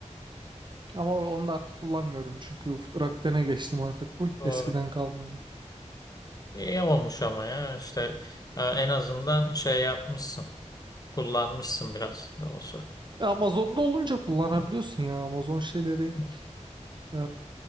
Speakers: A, on the right (about 40°); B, on the left (about 30°).
A: Ama onu da artık kullanmıyorum çünkü Rakuten'e geçtim artık full
B: Doğru.
A: eskiden kalmadı.
B: İyi olmuş ama ya işte e, en azından şey yapmışsın. Kullanmışsın biraz da olsa.
A: Amazon'da olunca kullanabiliyorsun
B: Hı,
A: ya Amazon şeyleri
B: hı.
A: e,